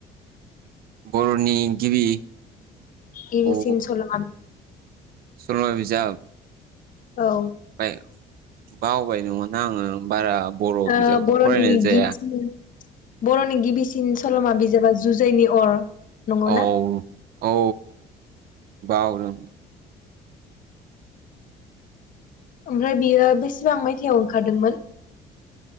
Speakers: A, on the right; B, on the left.
A: बर'नि गिबि
B: गिबिसिन
A: अ
B: सल'मा
A: सलमा बिजाब?
B: औ।
A: बाय बावबाय नङा ना आङो। बारा बर'
B: ओ
A: बिजाबखौ
B: बर'नि
A: फरायनाय जाया
B: गिबिसिन बरनि गिबि सिन सल'मा बिजाबा जुजाइनि अर। नंगौना
A: औ औ बावदों।
B: ओमफ्राय बियो बेसेबां मायथाइयाव ओंखारदोंमोन